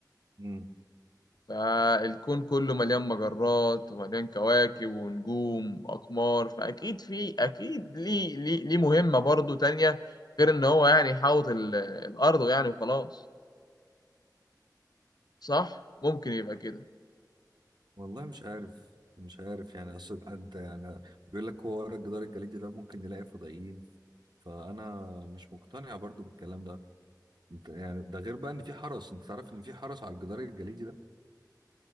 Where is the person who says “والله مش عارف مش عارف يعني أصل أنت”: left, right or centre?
Right